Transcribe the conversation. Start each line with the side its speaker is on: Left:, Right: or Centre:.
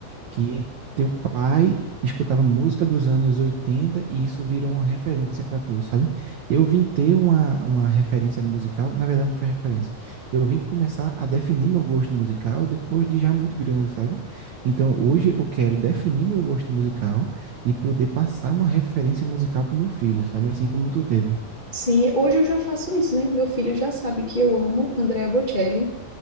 Right: que teu pai escutava música dos anos 80 e isso virou uma referência para tu, sabe? Eu vim ter uma, uma referência musical, na verdade não foi referência. Eu vim começar a definir meu gosto musical depois de já muito grande, sabe? Então hoje eu quero definir meu gosto musical e poder passar uma referência musical pro meu filho, sabe? Assim como tu teve.
Left: Sim, hoje eu já faço isso, né? Meu filho já sabe que eu amo Andrea Bocelli.